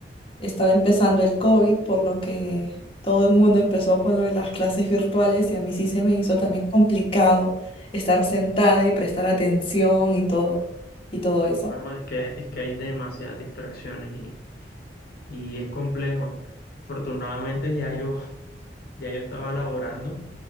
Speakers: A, on the left; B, on the left.
A: estaba empezando el COVID, por lo que todo el mundo empezó con lo de las clases virtuales y a mí sí se me hizo también
B: Mm,
A: complicado estar sentada y prestar atención y todo, y todo eso.
B: No, es que, es que hay demasiadas distracciones y, y es complejo. Afortunadamente ya yo ya yo estaba laborando,